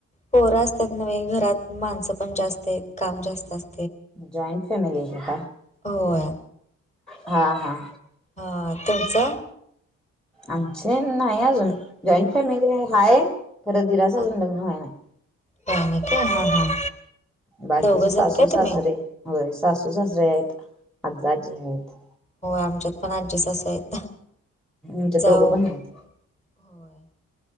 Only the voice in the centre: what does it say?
जॉइंट फॅमिली आहे का काय?
हा हा.
आमचे नाही अजून, जॉईंट फॅमिली आहे खर दिराच
अजून लग्न व्हय नाही.
बाकीचे
सासू
सासरे, होय सासू सासरे आहेत आजा आज्जी आहेत.
आच्यात
दोघं पण आहेत.